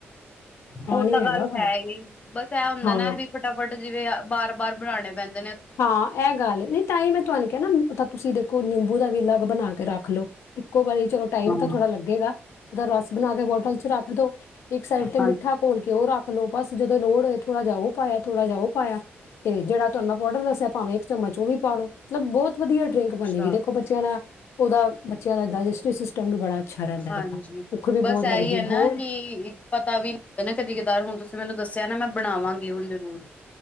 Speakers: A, on the left (about 35°); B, on the left (about 90°).
A: ਉਹ
B: ਹੀ
A: ਤਾਂ
B: ਹੈਗਾ
A: ਗੱਲ
B: ਉਹਦਾ
A: ਹੈ ਈ, ਬਸ ਇਹ ਹੁੰਦਾ
B: ਹਾਂ
A: ਨਾ ਵੀ ਫਟਾਫਟ ਜਿਵੇਂ ਬਾਰ ਬਾਰ ਬਨਾਨੇ ਪੈਂਦ
B: ਹਾਂ, ਇਹ ਗੱਲ ਏ। ਨਈ ਤਾਂ ਈ ਮੈਂ ਤੁਹਾਨੂੰ ਕੇਹਾ ਨਾ ਤਾਂ ਤੁਸੀਂ ਦੇਖੋ ਨਿੰਬੂ ਦਾ ਵੀ ਅਲੱਗ ਬਨਾ ਕੇ ਕਰਾ। ਰੱਖ ਲੋ। ਇੱਕੋ ਵਾਰੀ ਚਲੋ ਟਾਈਮ
A: ਹਾਂ
B: ਤਾਂ ਥੋੜਾ ਲੱਗੇਗਾ। ਉਹਦਾ ਰਸ ਬਨਾ ਕੇ ਬੋਟਲ ਚ ਰੱਖ ਦੋ। ਇੱਕ ਸਾਈਡ ਤੇ
A: ਹਾਂਜੀ
B: ਮਿੱਠਾ ਘੋਲ ਕੇ ਉਹ ਰੱਖ ਲੋ ਬਸ ਜਦੋਂ ਲੋੜ ਹੋਏ ਥੋੜਾ ਜਾ ਓ ਪਾਇਆ, ਥੋੜਾ ਜਾ ਓ। ਪਾਇਆ, ਤੇ ਜਿਹੜਾ ਤੁਹਾਨੂੰ ਪੌਡਰ ਦੱਸਿਆ ਭਾਵੇਂ ਇੱਕ ਚਮਚ ਉਹ ਵੀ ਪਾ ਲੋ। ਮਤਲਬ ਬੋਤ ਵਧੀਆ ਡਰਿੰਕ
A: ਅੱਛਾ
B: ਬਨੇਗੀ। ਦੇਖੋ ਬੱਚਿਆਂ ਨਾਲ ਉਹਦਾ ਬੱਚਿਆਂ ਦਾ ਡਾਇਜੈਸਟਿਵ ਸਿਸਟਮ ਵੀ ਬੜਾ ਅੱਛਾ ਰਹਿੰਦਾ
A: ਹਾਂਜੀ,
B: ਇਹਦੇ ਨਾਲ ਭੁੱਖ ਵੀ
A: ਬਸ
B: ਬਹੁਤ ਲੱਗਦੀ
A: ਏਈ ਏ ਨਾ
B: ਹੋਰ
A: ਕਿ ਪਤਾ ਵੀ ਨਾ ਕਦੀ ਕਦਾਰ ਹੁਨ ਤੁਸੀਂ ਮੈਨੂੰ ਦੱਸਿਆ ਨਾ ਮੈਂ ਬਨਾਵਾਂਗੀ ਹੁਨ ਜ਼ਰੂਰ।